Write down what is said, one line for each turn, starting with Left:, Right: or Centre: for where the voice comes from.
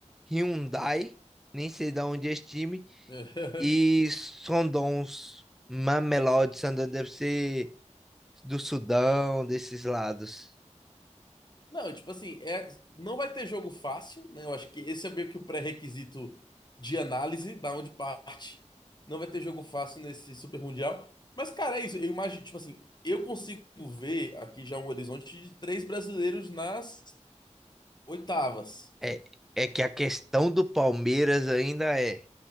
Centre: Hyundai, nem sei de onde é esse time,
Left: <laughs>
Centre: e Sundowns Mamelodi, Sundowns deve ser do Sudão, desses lados.
Left: Não, tipo assim, é, não vai ter jogo fácil, né? Eu acho que esse é meio que o pré-requisito de análise, da onde parte. Não vai ter jogo fácil nesse Super Mundial. Mas, cara, é isso. Eu imagino, tipo assim, eu consigo ver aqui já um horizonte de três brasileiros nas oitavas.
Centre: É, é que a questão do Palmeiras ainda é,